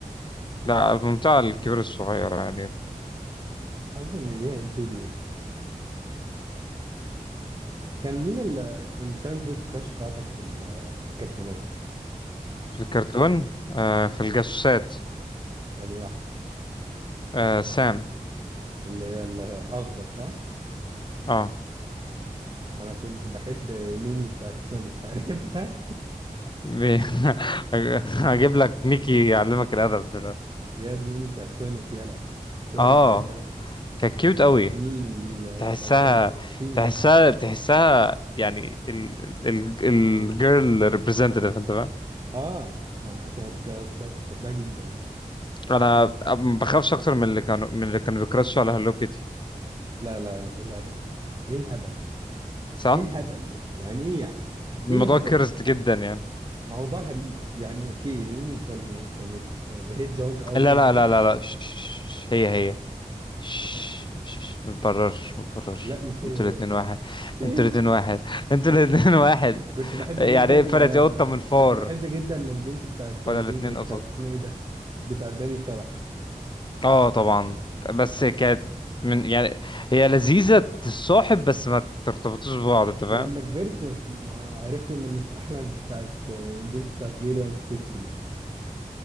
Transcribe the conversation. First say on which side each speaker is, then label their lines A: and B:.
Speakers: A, on the left (about 35°); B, on the right (about 35°).
A: لا ممتع الكبير الصغير يعني
B: حاسس إن ليها انثوذيست كان مين التشايلد هود كراش بتاعتك في ال- في الكرتونات؟
A: في الكرتون آه في الجاسوسات
B: يعني واحدة
A: آه سام
B: اللي هي الأخضر صح؟
A: اه
B: أنا كنت بحب ميني بتاعت سونيك <laughs> عارفها؟
A: بي- <laughs> هجيب لك ميكي يعلمك الادب دلوقتي
B: ياد ميني بتاعت سونيك يلا سونيك
A: اه
B: ذا هيدجهوج
A: كانت كيوت قوي
B: ميمي دي اللي هي
A: تحسها
B: اسمها اللي هي البينك
A: تحسها تحسها يعني الجيرل ريبريزنتيف انت فاهم
B: آه ما كانت مش عارف كنت بحبها جدا
A: انا ما بخافش اكتر من اللي كانوا من اللي كانوا بيكراشوا على هالو كيتي
B: لا لا لا إيه الهبل إيه الهبل
A: صح
B: إيه الهبل ده؟ يعني إيه يعني؟
A: الموضوع
B: إيه الهبل
A: كرست
B: ده؟
A: جدا يعني
B: موضوع غريب يعني أوكي ميني كان كانت هيدجهوج أو
A: لا
B: كل
A: لا
B: حاجة
A: لا لا لا ش- ش- ش- هي هي ش- ش- ش- ما تبررش ما تبررش
B: لا مش هي
A: انتوا
B: هي
A: الاتنين
B: يا زيد
A: واحد
B: <laughs>
A: انتوا الاتنين واحد انتوا الاتنين <laughs> واحد
B: كنت بحب
A: يعني
B: جدا
A: ايه فرقت
B: آه،
A: ايه قطة من فار
B: كنت بحب جدا البنت بتاعت
A: ولا
B: جيم...
A: الاتنين
B: بتاعت
A: قطط
B: اسمه ايه ده بتاعت داني الشبح
A: اه طبعا بس كانت من يعني هي لذيذة الصاحب بس ما ترتبطوش ببعض انت فاهم
B: لما كبرت ف- مع- عرفت ان مفيش احلى بتاعت آه، البنت بتاعت ليلو اند ستيتش دي